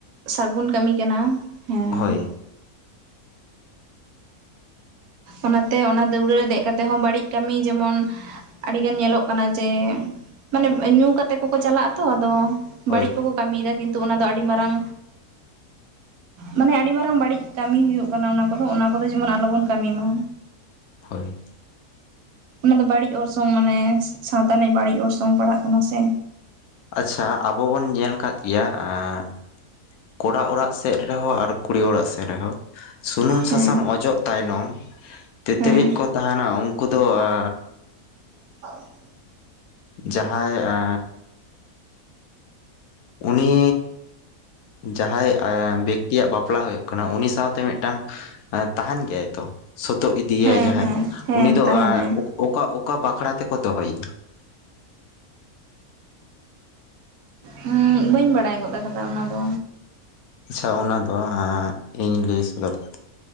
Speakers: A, on the right; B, on the left.
A: ᱥᱟᱹᱜᱩᱱ ᱠᱟᱹᱢᱤ ᱠᱟᱱᱟ᱾ ᱦᱮᱸ
B: ᱦᱳᱭ
A: ᱚᱱᱟᱛᱮ ᱚᱱᱟ ᱫᱟᱹᱣᱲᱟᱹ ᱨᱮ ᱫᱮᱡ ᱠᱟᱛᱮᱫ ᱦᱚᱸ ᱵᱟᱹᱲᱤᱡ ᱠᱟᱹᱢᱤ ᱡᱮᱢᱚᱱ ᱟᱹᱰᱤᱜᱟᱱ ᱧᱮᱞᱚᱜ ᱠᱟᱱᱟ ᱡᱮ ᱢᱟᱱᱮ ᱧᱩ ᱠᱟᱛᱮᱫ ᱠᱚᱠᱚ ᱪᱟᱞᱟᱜ ᱟᱛᱚ ᱟᱫᱚ
B: ᱦᱳᱭ
A: ᱵᱟᱹᱲᱤᱡ ᱠᱚᱠᱚ ᱠᱟᱹᱢᱤᱫᱟ ᱠᱤᱱᱛᱩ ᱚᱱᱟ ᱫᱚ ᱟᱹᱰᱤ ᱢᱟᱨᱟᱝ ᱢᱟᱱᱮ ᱟᱹᱰᱤ ᱢᱟᱨᱟᱝ ᱵᱟᱹᱲᱤᱡ ᱠᱟᱹᱢᱤ ᱦᱩᱭᱩᱜ ᱠᱟᱱᱟ ᱚᱱᱟ ᱠᱚᱫᱚ ᱚᱱᱟ ᱠᱚᱫᱚ ᱡᱮᱢᱚᱱ ᱟᱞᱚᱵᱚᱱ ᱠᱟᱹᱢᱤ ᱢᱟ᱾
B: ᱦᱳᱭ
A: ᱚᱱᱟ ᱫᱚ ᱵᱟᱹᱲᱤᱡ ᱚᱲᱥᱚᱝ ᱢᱟᱱᱮ ᱥᱟᱶᱛᱟ ᱨᱤᱱᱤᱡ ᱵᱟᱹᱲᱤᱡ ᱚᱨᱥᱚᱝ ᱯᱟᱲᱦᱟᱜ ᱠᱟᱱᱟ ᱥᱮ
B: ᱟᱪᱷᱟ ᱟᱵᱚ ᱵᱚᱱ ᱧᱮᱞ ᱠᱟᱫ ᱜᱮᱭᱟ ᱮᱸᱻ ᱠᱚᱲᱟ ᱚᱲᱟᱜ ᱥᱮᱫ ᱨᱮᱦᱚᱸ ᱟᱨ ᱠᱩᱲᱤ ᱚᱲᱟᱜ ᱥᱮᱫ ᱨᱮᱦᱚᱸ ᱥᱩᱱᱩᱢ
A: ᱦᱮᱸ
B: ᱥᱟᱥᱟᱝ ᱚᱡᱚᱜ ᱛᱟᱭᱱᱚᱢ ᱛᱮᱛᱨᱤᱡ
A: ᱦᱮᱸ
B: ᱠᱚ ᱛᱟᱦᱮᱱᱟ ᱩᱱᱠᱩ ᱫᱚ ᱟ
A: <unintelligible>
B: ᱡᱟᱦᱟᱸᱭ ᱮ ᱩᱱᱤ ᱡᱟᱦᱟᱸᱭ-ᱟ ᱵᱮᱠᱛᱤᱭᱟᱜ ᱵᱟᱯᱞᱟ ᱦᱩᱭᱩᱜ ᱠᱟᱱᱟ ᱩᱱᱤ ᱥᱟᱶᱛᱮ ᱢᱤᱫᱴᱟᱝ ᱛᱟᱦᱮᱱ ᱜᱮᱭᱟᱭ ᱛᱚ ᱥᱚᱛᱳᱜ ᱤᱫᱤᱭᱟᱭ
A: ᱦᱮᱸ
B: ᱡᱟᱦᱟᱸᱭ
A: ᱦᱮᱸ ᱦᱮᱸ
B: ᱩᱱᱤ ᱫᱚ
A: ᱛᱟᱦᱮᱱᱟᱭ
B: ᱚᱠᱟ ᱚᱠᱟ ᱚᱠᱟ ᱵᱟᱠᱷᱨᱟ ᱛᱮᱠᱚ ᱫᱚᱦᱚᱭᱟ?
A: ᱦᱩ ᱵᱟᱹᱧ ᱵᱟᱲᱟᱭ ᱜᱚᱫ ᱟᱠᱟᱫᱟ ᱚᱱᱟᱫᱚ
B: ᱟᱪᱪᱷᱟ ᱚᱱᱟ ᱫᱚ ᱦᱟ ᱤᱧ ᱞᱟᱹᱭ ᱥᱚᱫᱚᱨ ᱫᱟ